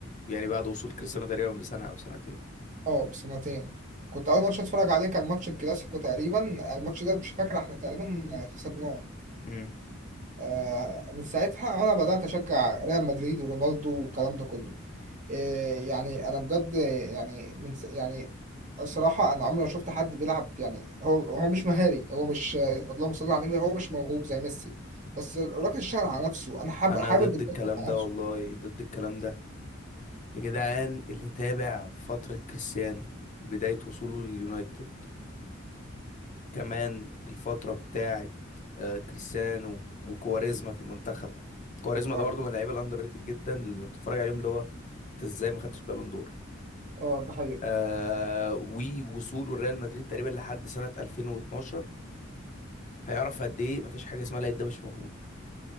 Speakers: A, on the left; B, on the right.
A: يعني بعد وصول كريستيانو تقريبا بسنة او سنتين
B: أه بسنتين كنت أول ماتش أتفرج عليه كان ماتش الكلاسيكو تقريبا الماتش ده مش فاكر إحنا تقريبا خسرناه
A: امم
B: آه من ساعتها أنا بدأت أشجع ريال مدريد ورونالدو والكلام ده كله إيه يعني انا بجد يعني من س- يعني الصراحه انا عمري ما شفت حد بيلعب يعني هو هو مش مهاري هو مش اللهم صل على النبي هو مش موهوب زي ميسي بس الراجل اشتغل على نفسه انا حابب
A: انا
B: حابب
A: ضد
B: الجد
A: الكلام
B: على
A: ده
B: نفسه
A: والله ضد الكلام ده يا جدعان اللي تابع فترة كريستيانو بداية وصوله لليونايتد كمان الفترة بتاعت آه، كريستيانو وكواريزما في المنتخب كواريزما
B: اه
A: ده برضو من اللعيبة الأندر ريتد جدا اللي بتتفرج عليهم اللي هو انت ازاي ما خدتش بالون دور
B: آه، ده حقيقة
A: آه ووصوله لريال مدريد تقريبا لحد سنة 2012 هيعرف قد ايه مفيش حاجة اسمها لعيب ده مش موهوب